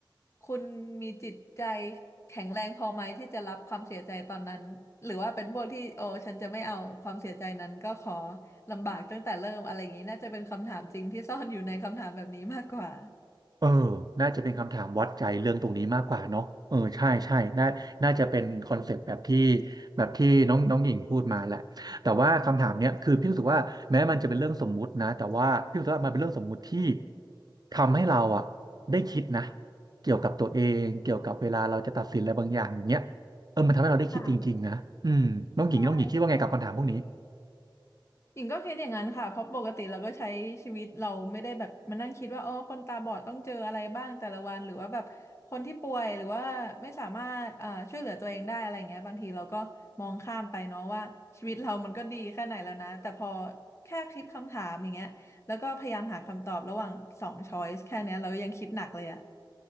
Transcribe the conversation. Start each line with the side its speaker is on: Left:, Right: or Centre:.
Left: คุณมีจิตใจแข็งแรงพอไหมที่จะรับความเสียใจตอนนั้นหรือว่าเป็นพวกที่โอ้ฉันจะไม่เอาความเสียใจนั้นก็ขอลำบากตั้งแต่เริ่มอะไรอย่างนี้น่าจะเป็นคำถามจริงที่ซ่อนอยู่ในคำถามแบบนี้มากกว่า
Right: เออน่าจะเป็นคำถามวัดใจเรื่องตรงนี้มากกว่าเนาะเออใช่ใช่น่าน่าจะเป็นคอนเซปต์แบบที่แบบที่น้องน้องหญิงพูดมาแหละแต่ว่าคำถามเนี้ยคือพี่รู้สึกว่าแม้มันจะเป็นเรื่องสมมุตินะแต่ว่าพี่รู้สึกว่ามันเป็นเรื่องสมมุติที่ทำให้เราอะได้คิดนะเกี่ยวกับตัวเองเกี่ยวกับเวลาเราจะตัดสินอะไรบางอย่างอย่างเงี้ยเออมันทำให้เราได้คิดจริงๆนะอืมน้องหญิงน้องหญิงคิดว่าไงกับคำถามพวกนี้
Left: <laughs> ค่ะใช่ หญิงก็คิดอย่างนั้นค่ะเพราะปกติเราก็ใช้ชีวิตเราไม่ได้แบบมานั่งคิดว่าอ๋อคนตาบอดต้องเจออะไรบ้างแต่ละวันหรือว่าแบบคนที่ป่วยหรือว่าไม่สามารถอ่อช่วยเหลือตัวเองได้อะไรเงี้ยบางทีเราก็มองข้ามไปเนาะว่าชีวิตเรามันก็ดีแค่ไหนแล้วนะแต่พอแค่คิดคำถามอย่างเงี้ยแล้วก็พยายามหาคำตอบระหว่างสองช้อยส์แค่เนี้ยเรายังคิดหนักเลยอะ